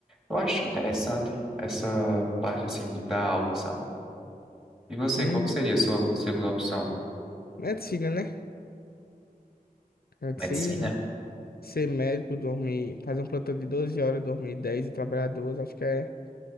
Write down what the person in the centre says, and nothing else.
Eu acho interessante essa parte, assim, de dar aula, sabe? E você,
qual que seria a sua segunda opção?
Medicina?